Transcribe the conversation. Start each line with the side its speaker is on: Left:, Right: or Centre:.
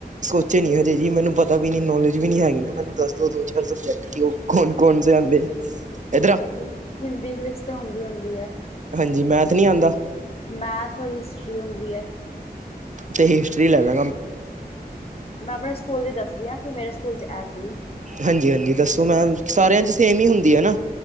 Right: ਸੋਚੇ ਨੀ ਹਜੇ ਜੀ, ਮੈਨੂੰ ਪਤਾ ਵੀ ਨੌਲੇਜ ਵੀ ਨੀ ਹੈਗੀ ਨਾ ਮੈਨੂੰ ਦੱਸ ਦੋ, ਦੋ-ਚਾਰ ਸਬਜੈਕਟ ਕਿ ਉਹ ਕੌਣ- ਕੌਣ ਸੇ ਆਂਦੇ ਆ। ਇਧਰ
Left: ਇੱਕ ਹਿੰਦੀ, ਇੰਗਲਿਸ਼ ਤੇ ਹੁੰਦੀ- ਹੁੰਦੀ ਐ।
Right: ਹਾਂਜੀ, ਮੈਥ ਨੀ ਆਦਾ
Left: ਮੈਥ ਔਰ ਹਿਸਟਰੀ ਹੁੰਦੀ ਐ।
Right: ਤੇ ਹਿਸਟਰੀ ਲੈ ਲਾ।
Left: ਮੈਂ ਆਪਣੇ ਸਕੂਲ ਦੀ ਦੱਸਦੀ ਆ ਕਿ ਮੇਰੇ ਸਕੂਲ 'ਚ' ਐ ਸੀ।
Right: ਹਾਂਜੀ-ਹਾਂਜੀ ਦੱਸੋ ਮੈਂਮ ਸਾਰਿਆਂ 'ਚ' ਸੇਮ ਹੀ ਹੁੰਦੀ ਐ ਨਾ।